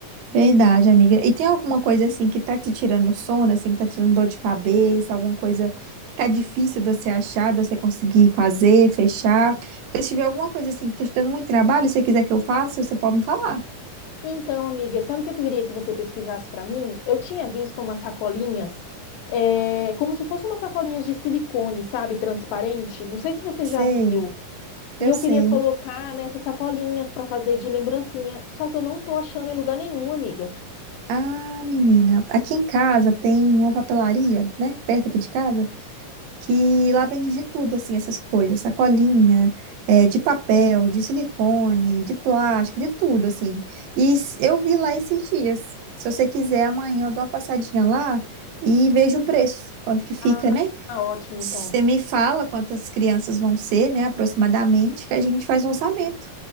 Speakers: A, on the right; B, on the left.
A: Verdade, amiga. E tem alguma coisa assim que tá te tirando sono, assim, que tá te dando dor de cabeça, alguma coisa que tá difícil de você achar, de você conseguir fazer, fechar? Porque se tiver alguma coisa assim que tá te dando muito trabalho, e você quiser que eu faça, você pode me falar.
B: Então, amiga, sabe o que eu queria que você pesquisasse para mim? Eu tinha visto umas sacolinhas, eh, como se fossem umas sacolinhas de silicone, sabe, transparente. Não sei se você
A: Sei,
B: já viu.
A: eu
B: E eu
A: sei.
B: queria colocar nessas sacolinhas para fazer de lembrancinha. Só que eu não tô achando em lugar nenhum, amiga.
A: Ah, menina, aqui em casa tem uma papelaria, né, perto aqui de casa. que lá vende de tudo, assim, essas coisas, sacolinha, é, de papel, de silicone, de plástico, de tudo, assim. E s- eu vi lá esses dias. Se você quiser, amanhã eu dou uma passadinha lá e vejo o preço, quanto que fica,
B: Ah,
A: né?
B: ah, ótimo,
A: Você
B: então.
A: me fala quantas crianças vão ser, né, aproximadamente, que a gente faz o orçamento.